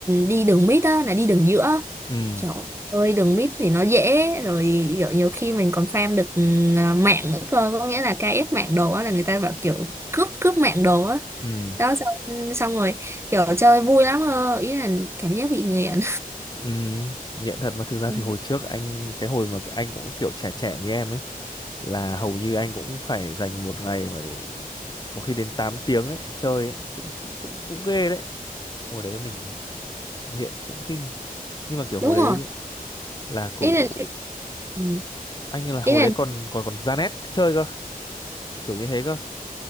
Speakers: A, on the right; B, on the left.
A: đi đường mid á là đi đường giữa
B: ừ
A: kiểu chơi đường mid thì nó dễ rồi kiểu nhiều khi mình còn farm được ừ, à, mạng nữa cơ có nghĩa là KS mạng đồ á là người ta bảo kiểu cướp cướp mạng đồ á
B: ừ
A: đó xong, xong rồi kiểu chơi vui lắm cơ ý là cảm giác bị nghiện
B: ừ nghiện thật mà thực ra
A: Ừ,
B: thì hồi trước anh cái hồi mà anh cũng kiểu trẻ trẻ như em ấy là hầu như anh cũng phải dành một ngày mà có khi đến 8 tiếng ấy chơi ấy. cũng cũng cũng ghê đấy hồi đấy mình nghiện cũng kinh nhưng mà kiểu hồi
A: <laughs> đúng
B: đấy
A: rồi
B: là cổ
A: ý là ừ,
B: anh là hồi
A: ý là
B: đấy còn còn còn ra nét chơi cơ kiểu như thế cơ